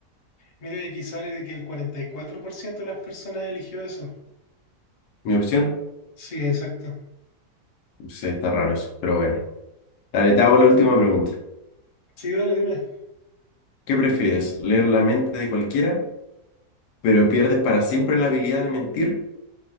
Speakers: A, on the left; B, on the left.
A: Mira, y aquí sale de que el 44% de las personas eligió eso.
B: ¿Mi opción?
A: Sí, exacto.
B: Sí, está raro eso, pero bueno. Dale, te hago la última pregunta.
A: Sí, dale, dime.
B: ¿Qué prefieres? ¿Leer la mente de cualquiera, pero pierdes para siempre la habilidad de mentir?